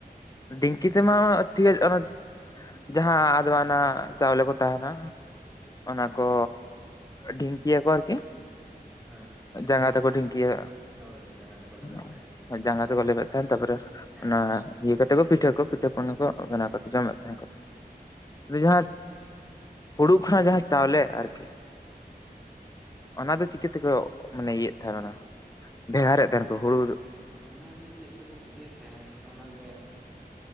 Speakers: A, on the left; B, in the centre.
A: ᱰᱷᱤᱝᱠᱤ ᱛᱮᱢᱟ ᱴᱷᱤᱠ ᱚᱱᱟ ᱡᱟᱦᱟᱸ ᱟᱫᱣᱟᱱᱟᱜ ᱪᱟᱣᱞᱮ ᱠᱚ ᱛᱟᱦᱮᱱᱟ ᱚᱱᱟ
B: ᱦᱩᱸ
A: ᱠᱚ ᱰᱷᱤᱝᱠᱤᱭᱟ ᱠᱚ ᱟᱨᱠᱤᱼᱼ
B: ᱦᱮᱸ
A: ᱡᱟᱸᱜᱟ ᱛᱮ ᱠᱚ ᱰᱷᱤᱝᱠᱤᱭᱟ
B: ᱦᱳᱭ ᱦᱳᱭ ᱡᱟᱸᱜᱟ ᱛᱮᱠᱚ ᱞᱮᱵᱮᱫ
A: <unintelligible>
B: ᱛᱟᱦᱮᱸᱫ
A: ᱡᱟᱸᱜᱟ ᱛᱮ ᱠᱚ ᱞᱮᱵᱮᱫ ᱛᱟᱦᱮᱱ ᱛᱟᱨᱯᱚᱨᱮ
B: ᱦᱮᱸ
A: ᱚᱱᱟᱼᱼ ᱤᱭᱟᱹ ᱠᱟᱛᱮ ᱠᱚ ᱯᱤᱴᱷᱟᱹ ᱠᱚ ᱯᱤᱴᱟᱹ ᱠᱚ ᱚᱱᱮ ᱠᱚ
B: ᱦᱮᱸ
A: ᱵᱮᱱᱟᱣ ᱠᱟᱛᱮ ᱡᱚᱢᱮᱫ <unintelligible> ᱦᱩᱲᱩ ᱠᱷᱚᱱᱟᱜ ᱡᱟᱦᱟᱸ ᱪᱟᱣᱞᱮ ᱟᱨᱠᱤᱼᱼ
B: ᱦᱮᱸ
A: ᱚᱱᱟ ᱫᱚ ᱪᱤᱠᱟᱹ ᱛᱮᱠᱚ ᱢᱟᱱᱮ ᱤᱭᱟ ᱮᱫ ᱛᱟᱦᱮᱱᱟ ᱵᱷᱮᱜᱟᱨᱮᱫ ᱛᱟᱦᱮᱱ ᱠᱚ ᱦᱩᱲᱩᱼᱼ
B: ᱚᱱᱟ ᱜᱮ ᱪᱮᱫ ᱛᱮᱠᱚ ᱪᱤᱠᱟᱹᱭ ᱮᱫ ᱛᱟᱦᱮᱸᱫ ᱚᱱᱟ ᱜᱮᱼᱼ